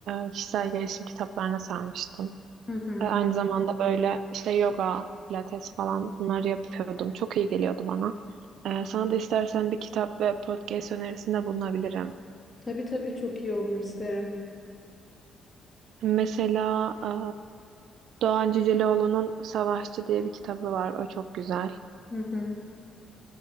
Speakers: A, on the right; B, on the left.
A: e, kişisel gelişim kitaplarına sarmıştım.
B: Hı hı.
A: E, aynı zamanda böyle işte yoga, pilates falan bunları yapıyordum. Çok iyi geliyordu bana. E, sana da istersen bir kitap ve podcast önerisinde bulunabilirim.
B: Tabii tabii çok iyi olur isterim.
A: Mesela e, Doğan Cüceloğlu'nun Savaşçı diye bir kitabı var. O çok güzel.
B: Hı hı.